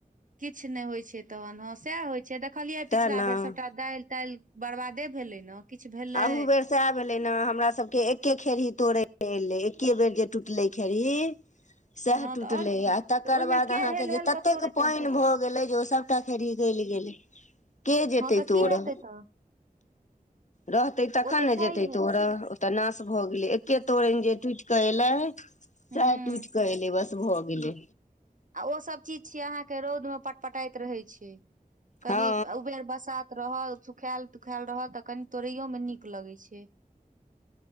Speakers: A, on the right (about 60°); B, on the left (about 55°).
A: किछ नै होइ छै तहन हँ सएह होइ छै देखलियै
B: तें
A: पिछिला
B: ने
A: बेर सभटा दाईल ताईल बर्बादे भेलै ने किछु भेलै
B: अहु बेर सएह भेले ने हमरा सबके एके खेही तोड़े एले एके बेर जे टूटले खेरही सए
A: हँ
B: टुटलै
A: तऽ आओर की
B: आ तकर
A: तऽ ओहिमे
B: बाद
A: के
B: अहाँके
A: हेल हेल
B: ततेक
A: कऽ तोड़ैत रहतै
B: पैन भऽ गेलै जे‌ ओ सब टा खेररी गैल गेलै के जेतै
A: हँ तऽ
B: तोरऽ
A: की हेतै तऽ
B: रहतै तखन
A: ओ तऽ
B: ने
A: छैहे
B: जेतै तोर ओतऽ नाश भऽ गेलै एके तोरैन जे टूइट कऽ एलै सेह
A: हूँ
B: टूइट कऽ एले बस भऽ गेलै
A: आ ओ सब चीज छीयै अहाँ के रौद में पटपटाइत रहे छै कनि
B: हँ
A: उबेर बसात रहल सुखायल तुखायल रह तऽ कनि तोड़ैयोमे नीक लगै छै